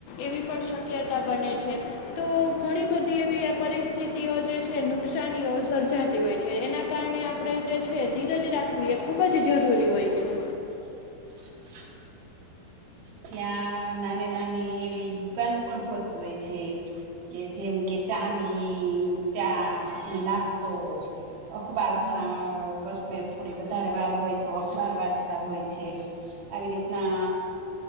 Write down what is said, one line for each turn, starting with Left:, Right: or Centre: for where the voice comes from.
Left: એવી પણ શક્યતા બને છે. તો ઘણી બધી એવી પરિસ્થિતિઓ જે છે નુકસાનીઓ સર્જાતી હોય છે એના કારણે આપણે જે છે ધીરજ રાખવી એ ખુબ જ જરૂરી હોય છે.
Right: <inaudible> ત્યાં નાની નાની એવી દુકાનો પણ ખોરતું હોય છે કે જેમ કે ચાની ચા ને નાસ્તો અખબાર ઘણા બસ થોડી વધારે વાર હોય તો અખબાર વાંચતા હોય છે આવી રીતના